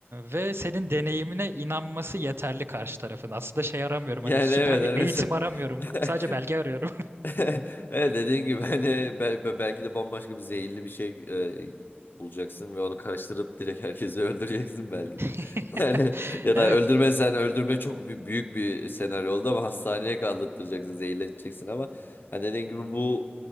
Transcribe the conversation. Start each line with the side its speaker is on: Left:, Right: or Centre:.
Right: ve senin deneyimine inanması yeterli karşı tarafın. Aslında şey aramıyorum
Left: Yani
Right: hani süper
Left: evet hani
Right: bir eğitim
Left: mesela
Right: aramıyorum.
Left: <laughs>
Right: Sadece belge arıyorum.
Left: <laughs> Evet dediğin gibi hani bel- be- belki de bambaşka bir zehirli bir şey e, bulacaksın ve onu karıştırıp direkt herkesi <laughs> öldüreceksin belki
Right: <laughs>
Left: de. Yani ya
Right: Evet.
Left: da öldürmesen öldürme çok bü- büyük bir senaryo oldu ama hastaneye kaldırtıracaksın, zehirleteceksin ama hani dediğin gibi bu